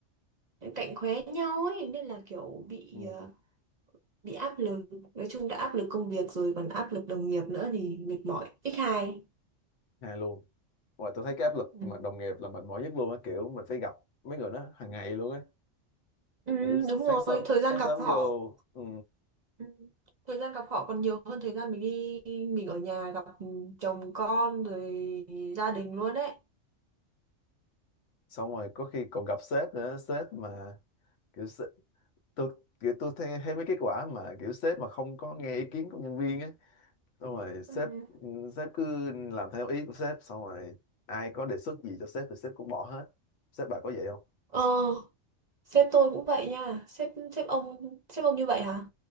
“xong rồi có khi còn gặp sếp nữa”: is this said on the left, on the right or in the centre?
Left